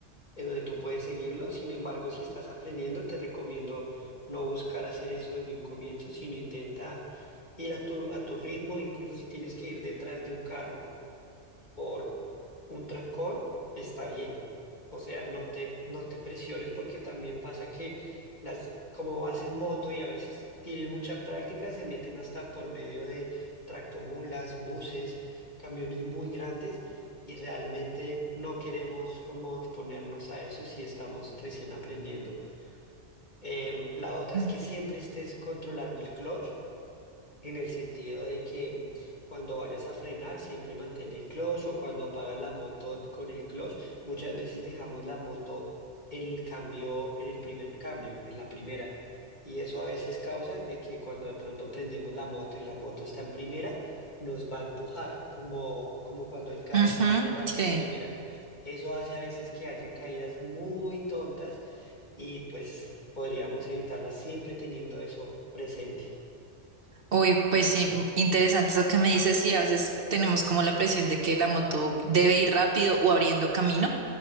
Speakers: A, on the left; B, on the right.
A: en donde tú puedes seguirlo. Sin embargo, si estás aprendiendo, te recomiendo no buscar hacer eso desde un comienzo, sino intenta ir a tu, a tu ritmo, incluso si tienes que ir detrás de un carro por un trancón, está bien. O sea, no te, no te presiones porque también pasa que las, como vas en moto y a veces tienen mucha práctica, se meten hasta por medio de tractomulas, buses, camiones muy grandes y realmente no queremos como exponernos a eso si estamos recién aprendiendo. Em, la otra
B: Mm.
A: es que siempre estés controlando el clutch en el sentido de que cuando vayas a frenar, siempre mantén el clutch o cuando apagas la moto con el clutch, muchas veces dejamos la moto en el cambio, en el primer cambio, en la primera. Y eso a veces causa de que cuando de pronto prendemos la moto y la moto está en primera, nos va a empujar, como, como cuando el carro
B: Ujú,
A: también arranca
B: sí.
A: en primera. Eso hace a veces que hayan caídas muy tontas y pues podríamos evitarlas siempre teniendo eso presente.
B: Uy, pues sí, m- interesante eso que me dices. Sí, a veces tenemos como la presión de que la moto debe ir rápido o abriendo camino.